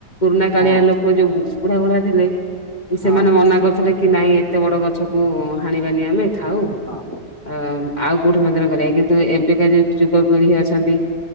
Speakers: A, on the left; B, on the right.
A: ପୁରୁଣା
B: ହଁ
A: କାଳିଆ ଲୋକ ଯୋଉ ବୁଢା ବୁଢା ଥିଲେ
B: ହଁ
A: ସେମାନେ ମନା କରିଥିଲେ କି ନାଇଁ ଏତେ ବଡ ଗଛକୁ ହାଣିବାନି ଆମେ ଥାଉ।
B: ହଁ
A: ଅ ଆଉ କୋଉଠି ମନ୍ଦିରେ କରିବା କିନ୍ତୁ ଏବେକା ଯୋଉ ଯୁବପିଢି ଅଛନ୍ତି।